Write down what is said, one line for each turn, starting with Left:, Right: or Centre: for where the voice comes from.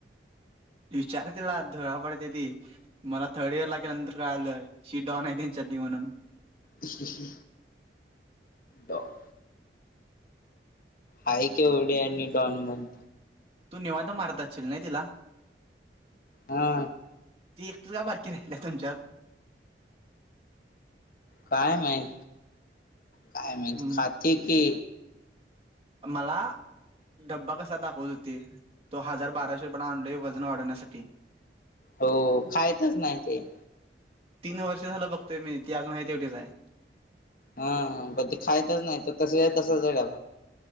Right: विचार तिला धुळा पडते ती मला थर्ड इयर ला केल्या नंतर का शी डॉन आहे डनून
Left: इशी डॉन आय के डे आणि डॉनमन
Right: तू निवांध मारत असशील नाही तिला
Left: हा
Right: ती एकट का बारकी राहिल्या तुमच्यात
Left: काय नाही काय म
Right: हम्म
Left: काात की
Right: मला डब्बा कसा दाखवत होते तो हजार बाराशे रुपयाला आणले वजन वाढवण्यासाठी
Left: हो खायचच नाही ते
Right: तीन वर्ष झालं बघतय मी ती अजून आहे तेवटीच आहे
Left: हा ब ते खायच नाही तर तस तसच झाळ